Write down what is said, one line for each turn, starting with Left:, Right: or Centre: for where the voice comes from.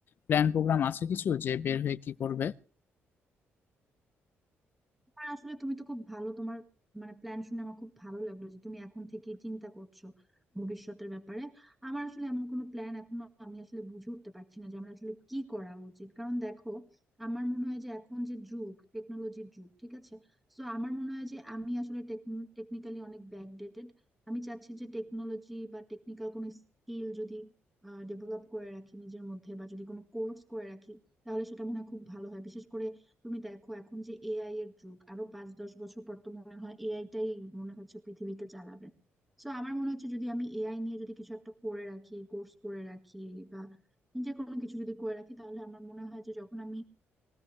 Left: প্ল্যান প্রোগ্রাম আছে কিছু যে বের হয়ে কি করবে
Centre: হ্যাঁ আসলে তুমি তো খুব ভালো তোমার মানে প্ল্যান শুনে আমার খুব ভালো লাগলো যে তুমি এখন থেকে চিন্তা করছো ভবিষ্যতের ব্যাপারে আমার আসলে এমন কোনো প্ল্যান এখনো আমি আসলে বুঝে উঠতে পারছি না যে আমার আসলে কি করা উচিত কারণ দেখো আমার মনে হয় যে এখন যে যুগ টেকনোলজির যুগ ঠিক আছে তো আমার মনে হয় যে আমি আসলে টেকনিক্যালি অনেক ব্যাকডেটেড আমি চাচ্ছি যে টেকনোলজি বা টেকনিক্যাল কোনো স্কিল যদি ডেভেলপ করে রাখি নিজের মধ্যে বা যদি কোনো কোর্স করে রাখি তাহলে সেটা মনে হয় খুব ভালো হয় বিশেষ করে তুমি দেখো এখন যে এআই এর যুগ আরো পাঁচ দশ বছর পর তো মনে হয় এআই টাই মনে হচ্ছে পৃথিবীকে চালাবে তো আমার মনে হচ্ছে যদি আমি এআই নিয়ে যদি কিছু একটা করে রাখি কোর্স করে রাখি বা যে কোনো কিছু যদি করে রাখি তাহলে আমার মনে হয় যে যখন আমি